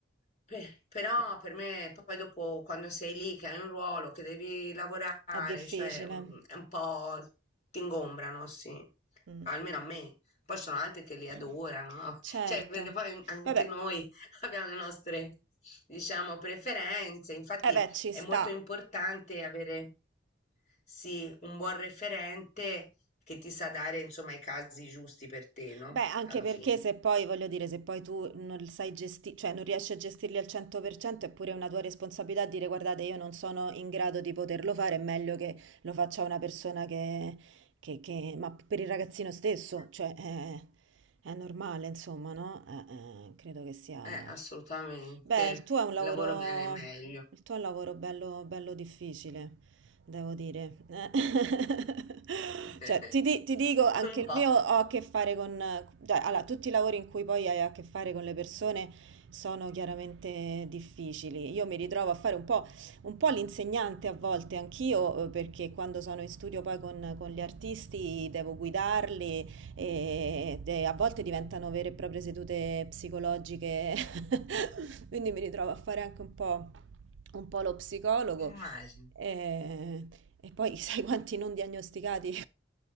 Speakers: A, on the left (about 35°); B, on the right (about 75°).
A: Pe- Però
B: È,
A: per me, poi dopo, quando sei lì, che hai un ruolo, che devi lavorare,
B: è difficile.
A: cioè mm, è un po' ti ingombrano, sì,
B: Mm.
A: almeno a me. Poi ci sono altri che
B: <clears throat>
A: li adorano, no?
B: Certo.
A: Cioè, perché poi anche
B: Vabbè,
A: noi <laughs> abbiamo le nostre, diciamo, preferenze. Infatti
B: eh beh, ci
A: è molto
B: sta.
A: importante avere, sì, un buon referente che ti sa dare, insomma, i casi giusti per te, no?
B: Beh, anche
A: Alla
B: perché
A: fine.
B: se poi, voglio dire, se poi tu non sai gestire, cioè non riesci a gestirli al 100%, è pure una tua responsabilità dire guardate, io non sono in grado di poterlo fare, è meglio che lo faccia una persona che, che- che- ma per il ragazzino stesso,
A: Ma-
B: cioè è, è normale, insomma, no? Eh, eh, credo che sia
A: Eh, assolutamente.
B: Beh, il tuo è un
A: Il
B: lavoro,
A: lavoro viene meglio.
B: il tuo è un lavoro bello, bello difficile, devo dire. Eh. <laughs>
A: <laughs>
B: Cioè, ti, di- ti dico, anche
A: Un po',
B: il mio ho a che fare con... cioè, allora, tutti i lavori in cui poi hai a che fare con le persone sono chiaramente difficili. Io mi ritrovo a fare un po', un po' l'insegnante a volte, anch'io, eh, perché quando sono in studio poi con, con gli artisti devo guidarli e, e a volte diventano vere e proprie sedute psicologiche, <laughs> quindi mi ritrovo a fare anche un po', un po' lo psicologo.
A: immagino.
B: E, e poi sai quanti non diagnosticati